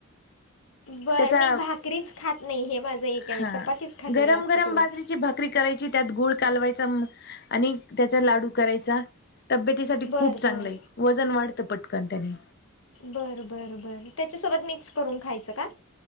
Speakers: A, on the left (about 75°); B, on the left (about 50°).
A: बर
B: त्याचा
A: मी भाकरीच खात नाही हे माझं एक
B: हा
A: म चपातीच खाते
B: गरम
A: जास्त
B: गरम
A: करून
B: बाजरीची भाकरी करायची त्यात गुल कालवायचा आणि त्याचा लाडू करायचा तब्बेतची साठी
A: बर
B: खूप चांगलंय
A: बर
B: वजन वाढतं पटकन त्याने
A: बरं बरं बरं त्याच्यासोबत मिक्स करून खायचं का